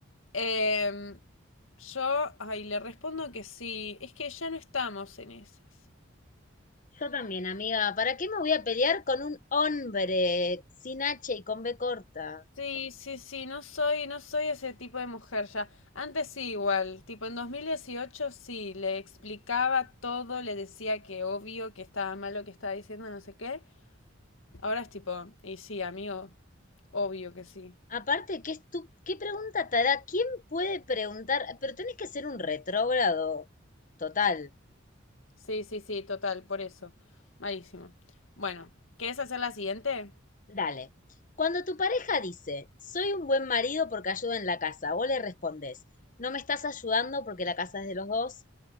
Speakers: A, on the left; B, on the left.
A: Em, yo, ay, le respondo que sí, es que ya no estamos en esas.
B: Yo también, amiga. ¿Para qué me voy a pelear con un hombre sin H y con B corta?
A: Sí, sí, sí, no soy, no soy ese tipo de mujer ya. Antes sí, igual, tipo en 2018 sí, le explicaba todo, le decía que obvio, que estaba mal lo que estaba diciendo, no sé qué. Ahora es tipo, y sí, amigo, obvio que sí.
B: Aparte, ¿qué, estu- qué pregunta te hará? ¿Quién puede preguntar? Pero tenés que ser un retrógrado total.
A: Sí, sí, sí, total, por eso. Malísimo. Bueno, ¿quieres hacer la siguiente?
B: Dale. Cuando tu pareja dice, soy un buen marido porque ayudo en la casa, vos le respondés, no me estás ayudando porque la casa es de los dos,